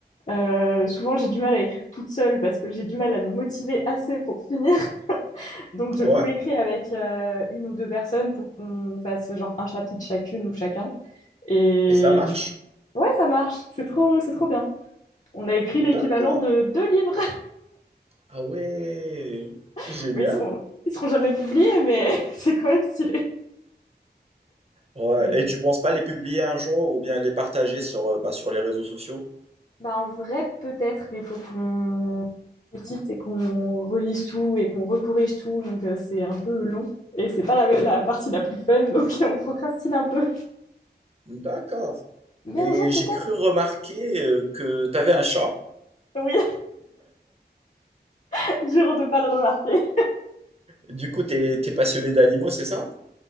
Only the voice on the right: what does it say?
Ouais.
Et ça marche?
D'accord.
Ah ouais.
Génial.
Ouais.
Et tu penses pas les publier un jour ou bien les partager sur, euh, bah, sur les réseaux sociaux?
D'accord.
Et
j'ai
cru remarquer euh, que t'avais un chat.
Du coup, t'es, t'es passionné d'animaux, c'est ça?